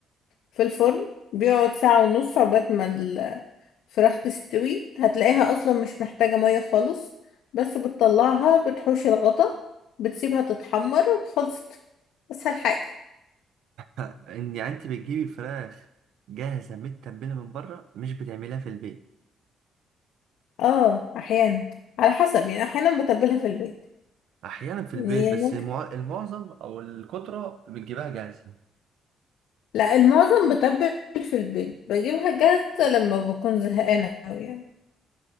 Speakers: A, on the left; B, on the right.
A: في الفرن بيقعد ساعة ونص عقبال ما الفراخ تستوي هتلاقيها أصلا مش محتاجة مية خالص بس بتطلعها بتحوش الغطا بتسيبها تتحمر خلصت أسهل حاجة
B: ان يعني انت بتجيبي فراخ جاهزة متبلة من بره مش بتعمليها في البيت
A: اه أحيانا على حسب يعني أحيانا بتبلها في البيت
B: احيانا في البيت
A: يعني هي
B: بس
A: ممكن
B: المع- المعظم او الكترة بتجيبها جاهزة
A: لا المعظم بتبل في البيت بجيبها جاهزة لما بكون زهقانة أوي يعني